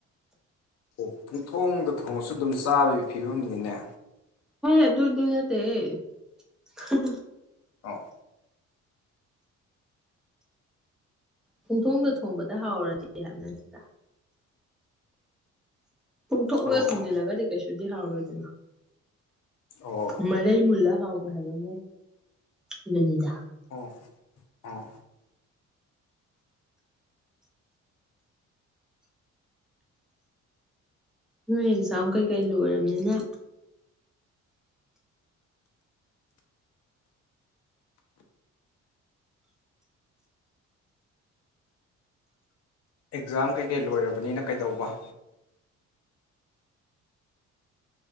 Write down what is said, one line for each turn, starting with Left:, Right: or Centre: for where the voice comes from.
Left: ꯑꯣ ꯄꯨꯡ ꯊꯣꯡꯗ ꯊꯣꯡꯉꯁꯨ ꯑꯗꯨꯝ ꯆꯥꯕꯒꯤ ꯐꯤꯕꯝꯅꯤꯅꯦ
Centre: ꯍꯣꯢ ꯑꯗꯨ ꯗꯨ ꯅꯠꯇꯦ ꯍꯦ ꯍꯥ ꯍꯥ
Left: ꯑꯥꯎ
Centre: ꯄꯨꯡꯊꯣꯡꯗ ꯊꯣꯡꯕꯗ ꯍꯥꯎꯔꯗꯤ ꯍꯥꯏꯕ ꯅꯠꯇꯦꯗ ꯄꯨꯨꯛ ꯊꯣꯡꯒ
Left: ꯑꯣ
Centre: ꯊꯣꯡꯖꯤꯜꯂꯒꯗꯤ ꯀꯩꯁꯨꯗꯤ ꯍꯥꯎꯔꯣꯏꯗꯅ
Left: ꯑꯣ
Centre: ꯃꯔꯩ ꯃꯨꯜꯂ ꯍꯥꯎ ꯍꯥꯏꯕ ꯑꯃ ꯑꯗꯨꯅꯤꯗ
Left: ꯑꯣ ꯑꯣ
Centre: ꯅꯣꯏ ꯑꯦꯛꯖꯥꯝ ꯀꯩꯀꯩ ꯂꯣꯏꯔꯝꯅꯤꯅ
Left: ꯑꯦꯛꯖꯥꯝ ꯀꯩꯀꯩ ꯂꯣꯏꯔꯕꯅꯤꯅ ꯀꯩꯗꯧꯕ